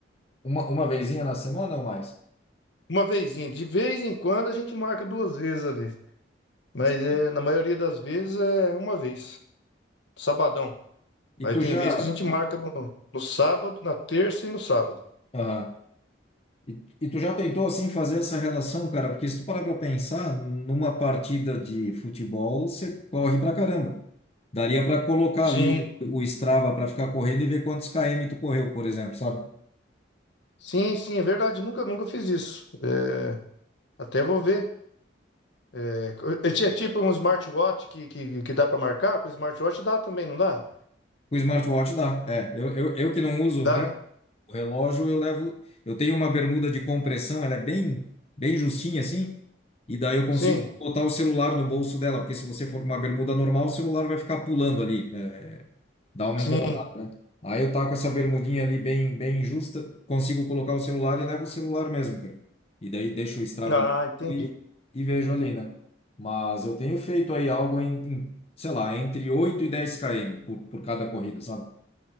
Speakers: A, on the left (about 30°); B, on the left (about 70°).
A: Uma, uma vezinha na semana ou mais?
B: Uma vezinha. De vez em quando a gente marca duas vezes ali. Mas
A: Saquei.
B: é, na maioria das vezes é uma vez. Sabadão.
A: E
B: Aí
A: tu
B: tem
A: já,
B: vezes que a gente marca no, no sábado, na terça e no sábado.
A: aham. E, e tu já tentou assim fazer essa relação, cara? Porque se tu parar para pensar, numa partida de futebol, você corre pra caramba. Daria para colocar
B: Sim,
A: ali o, o Strava para ficar correndo e ver quantos km tu correu, por exemplo, sabe?
B: Sim, sim, é verdade. Nunca, nunca fiz isso. É, até vou ver. É, é ti- é tipo um smartwatch que, que, que dá para marcar? Com smartwatch dá também, não dá?
A: O smartwatch dá. É, eu, eu, eu que não uso,
B: Dá,
A: né?
B: né?
A: O relógio eu levo. Eu tenho uma bermuda de compressão, ela é bem, bem justinha assim, e daí eu consigo
B: Sim,
A: botar o celular no bolso dela, porque se você for com uma bermuda normal, o celular vai ficar pulando ali, é, dá uma
B: sim.
A: incomodada, né? Aí eu taco essa bermudinha ali bem, bem justa, consigo colocar o celular e levo o celular mesmo, cara. E daí deixo o Strava
B: Ah,
A: ali
B: entendi.
A: e, e vejo ali, né? Mas eu tenho feito aí algo em, em, sei lá, entre 8 e 10 km por, por cada corrida, sabe?